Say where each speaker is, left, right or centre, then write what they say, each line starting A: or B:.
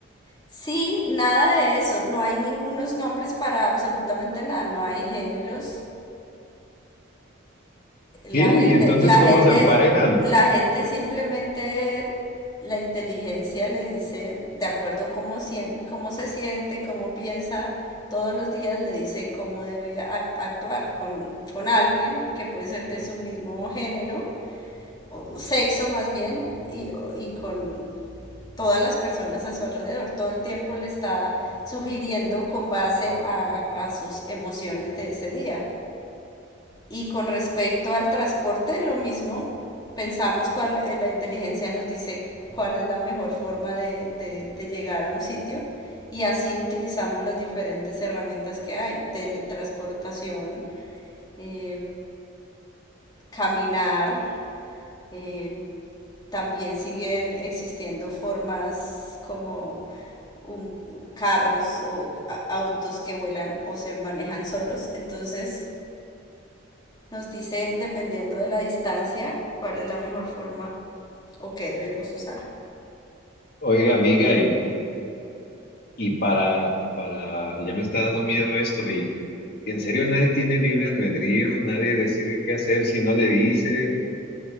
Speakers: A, on the left; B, on the left.
A: Sí, nada de eso, no hay ningunos nombres para absolutamente nada, no hay géneros, La
B: ¿Qué?
A: gente,
B: ¿Y entonces
A: la
B: cómo
A: gente,
B: se emparejan?
A: la gente simplemente, la inteligencia le dice, de acuerdo cómo, sien- cómo se siente, cómo piensa, todos los días le dice cómo debe a- actuar con, con alguien que puede ser de su mismo género, o sexo más bien, y, y con todas las personas a su alrededor. Todo el tiempo le está sugiriendo con base a a sus emociones de ese día. Y con respecto al transporte, lo mismo, pensamos cuál, eh, la inteligencia nos dice cuál es la mejor forma de, de- de llegar a un sitio y así utilizamos las diferentes herramientas que hay, teletransportación, eh, caminar, eh, también siguen existiendo formas como un- carros o autos que vuelan o se manejan solos. Entonces, nos dice, dependiendo de la distancia, cuál es la mejor forma o qué debemos usar.
B: Oiga, amiga, y y para, para, ya me está dando miedo esto y en serio nadie tiene libre albedrío, nadie decide qué hacer si no le dicen,